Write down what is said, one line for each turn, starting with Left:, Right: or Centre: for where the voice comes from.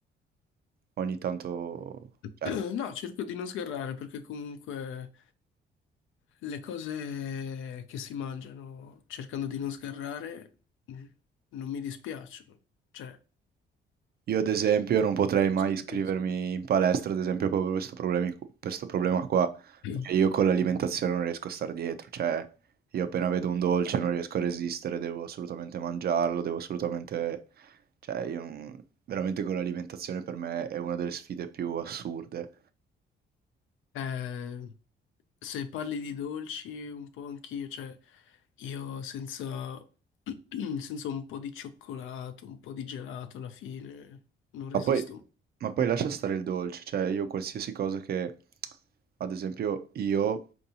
Right: ogni tanto,
Left: <clears throat>
Right: cioè,
Left: No, cerco di non sgarrare perché comunque le cose che si mangiano, cercando di non sgarrare, mh, non mi dispiacciono. Cioè,
Right: Io ad esempio non potrei mai
Left: sì.
Right: iscrivermi in palestra, ad esempio proprio per sto problemi qu- per sto problema qua,
Left: <clears throat>
Right: perché io con l'alimentazione non riesco a star dietro, cioè io appena vedo un dolce non riesco a resistere, devo assolutamente mangiarlo, devo assolutamente... cioè io non- veramente con l'alimentazione per me è una delle sfide più assurde.
Left: eh, se parli di dolci, un po' anch'io, cioè, io senza, <clears throat> senza un po' di cioccolato, un po' di gelato alla fine, non resisto.
Right: Ma poi, ma poi lascia stare il dolce, cioè io qualsiasi cosa che, ad esempio, io